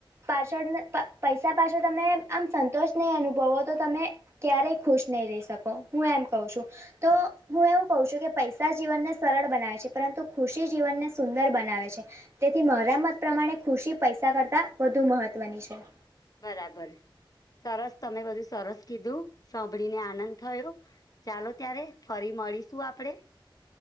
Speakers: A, on the right; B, on the left.
A: પાછળ ન પ પૈસા પાછળ તમે આમ સંતોષ નહીં અનુભવો તો તમે ક્યારેય ખુશ નહી રહી શકો હું એમ કહું છું. તો હું એવું કહું છું કે પૈસા જીવનને સરળ બનાવે છે પરંતુ ખુશી જીવનને સુંદર બનાવે છે. તેથી મારા મત પ્રમાણે ખુશી પૈસા કરતા વધુ મહત્વની છે.
B: બરાબર, સરસ તમે બધું સરસ કીધું સાંભળીને આનંદ થયો. ચાલો ત્યારે ફરી મળીશું આપડે.